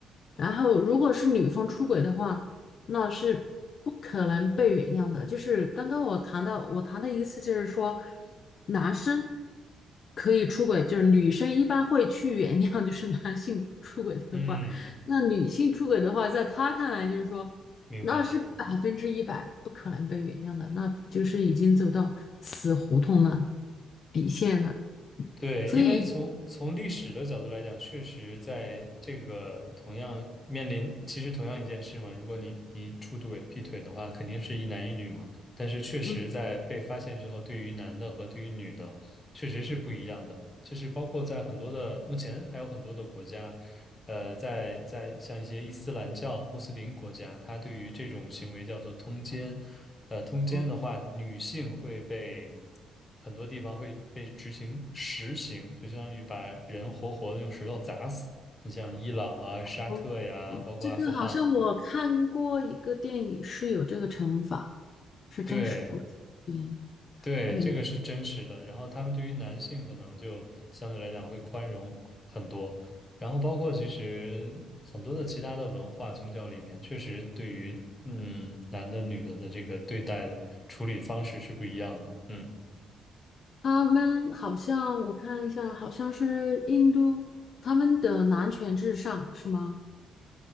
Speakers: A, on the left; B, on the left.
A: 然后如果是女方出轨的话，那是不可能被原谅的。就是刚刚我谈到我谈的意思就是说。男生可以出轨，就是女生一般会去原谅，<laughs> 就是男性出轨的话，
B: 嗯
A: 那女性出轨的话，在他看来就是说，
B: 明白。
A: 那是百分之一百不可能被原谅的，那就是已经走到死胡同了，底线了。
B: 对，
A: 所以，
B: 因为从从历史的角度来讲，确实在这个同样面临，其实同样一件事嘛，如果你你出轨、劈腿的话，肯定是一男一女嘛。但是确实在被发现之后，
A: 嗯，
B: 对于男的和对于女的。确实是不一样的，就是包括在很多的目前还有很多的国家，呃，在在像一些伊斯兰教、穆斯林国家，它对于这种行为叫做通奸，呃，通奸的话，
A: 哦，
B: 女性会被很多地方会被执行实刑，就相当于把人活活的用石头砸死。你像伊朗啊、沙特呀，
A: 哦哦这个好像我看过一个电影是有这个惩罚，
B: 包括阿富汗，
A: 是真实故事改编。
B: 对。对，
A: 对，
B: 这个是真实的。
A: 你
B: 然后他们对于男性可能就相对来讲会宽容很多。然后包括其实很多的其他的文化宗教里面，确实对于嗯男的女的的这个对待处理方式是不一样的。嗯。
A: 他们好像我看一下，好像是印度，他们的男权至上是吗？